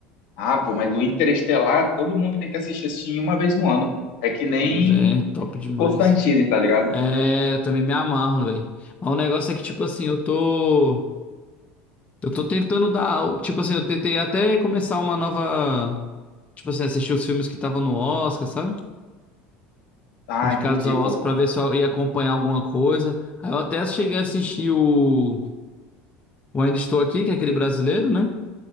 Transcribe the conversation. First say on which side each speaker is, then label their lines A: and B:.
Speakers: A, on the left (about 70°); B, on the left (about 25°).
A: Ah, pô, mas o Interestelar, todo mundo tem que assistir assim uma vez no ano, pô. É que nem
B: Mas é top demais.
A: Constantine, tá ligado?
B: É, eu também me amarro, velho. Mas o negócio é que, tipo assim, eu tô. Eu tô tentando dar. al- Tipo assim, eu tentei até começar uma nova. Tipo assim, assistir os filmes que estavam no Oscar, sabe?
A: Ah,
B: Indicados
A: entendi,
B: ao
A: pô.
B: Oscar pra ver se eu ia acompanhar alguma coisa. Aí eu até cheguei a assistir o. O Ainda Estou Aqui, que é aquele brasileiro, né?